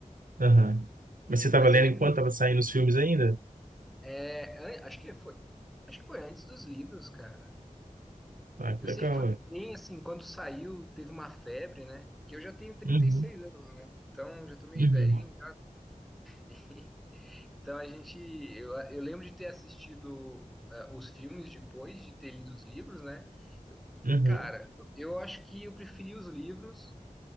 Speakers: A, on the right; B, in the centre.
A: Aham. Mas você estava
B: Mas
A: lendo
B: eu lembro.
A: enquanto estava saindo os filmes ainda?
B: é, an- acho que foi. Acho que foi antes dos livros, cara.
A: Ah,
B: Eu
A: que legal,
B: sei que foi
A: ué.
B: bem assim, quando saiu, teve uma febre, né? Que eu já tenho trinta
A: Uhum,
B: e seis anos, né? Então já tô meio
A: uhum,
B: velhinho. <laughs> Então a gente, eu, eu lembro de ter assistido eh, os filmes depois de ter lido os livros, né? Eu-
A: uhum.
B: cara, eu, eu acho que eu preferi os livros